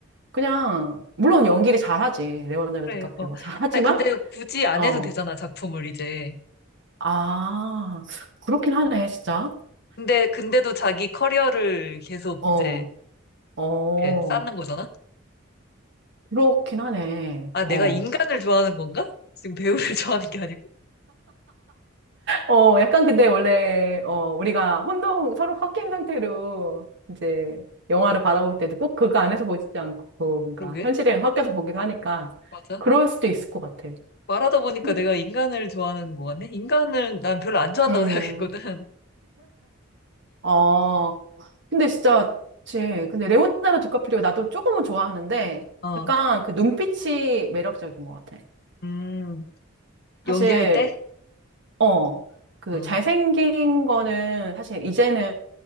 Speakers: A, on the right; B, on the left.
A: 그냥, 물론 연기를 잘하지. 레오나르도
B: 그래,
A: 디카프리오가.
B: 어.
A: 잘하지만,
B: 아니, 근데 굳이 안
A: 어,
B: 해도 되잖아, 작품을 이제.
A: 아, 그렇긴 하네, 진짜.
B: 근데, 근데도 자기 커리어를 계속
A: 어,
B: 이제
A: 어.
B: 이렇게 쌓는 거잖아?
A: 그렇긴 하네.
B: 아,
A: 어.
B: 내가 인간을 좋아하는 건가? 지금 배우를 <laughs> 좋아하는 게 아니고.
A: 어, 약간 근데 원래, 어, 우리가 혼동, 서로 섞인 상태로 이제 영화를 바라볼 때도 꼭 그거 안에서 보지 않고 뭔가
B: 그러게.
A: 현실이랑 섞여서 보기도 하니까
B: 맞아.
A: 그럴 수도 있을 것 같아.
B: 말하다 보니까
A: 근데
B: 내가 인간을 좋아하는 거 같네? 인간을 난 별로 안 좋아한다고
A: 음,
B: <laughs> 생각했거든.
A: 어, 근데 진짜, 그치. 근데 레오나르도 디카프리오 나도 조금은 좋아하는데
B: 어,
A: 약간 그 눈빛이 매력적인 것 같아.
B: 음,
A: 사실,
B: 연기할 때?
A: 어, 그
B: 어,
A: 잘생긴 거는 사실 이제는,